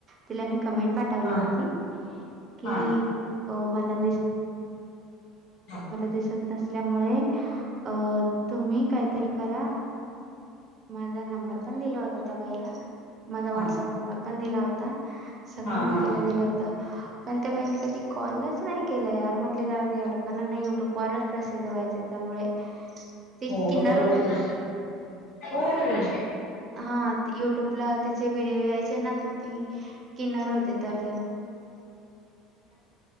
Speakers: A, on the right; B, on the left.
A: तिला मी कमेंट पाठवली
B: हा.
A: होती की
B: हा
A: अ मला
B: हा
A: दिसत नसल्यामुळे अ तुम्ही काहीतरी करा माझा नंबर पण दिला होता त्या बाईला माझा व्हॉट्सअप
B: हा
A: नंबर पण दिला होता सगळ
B: हा
A: मी
B: हा.
A: तिला दिल होत नाही केलं यार म्हटले जाऊदे या लोकांना ना युट्यूब वरच प्रसिद्ध व्हायचं त्यामुळे ती
B: हो
A: किन्नर
B: बरोबर
A: होती
B: आहे की. होय.
A: हा युट्युब ला तिचे व्हिडिओ यायचे ना तर ती किन्नर होती तर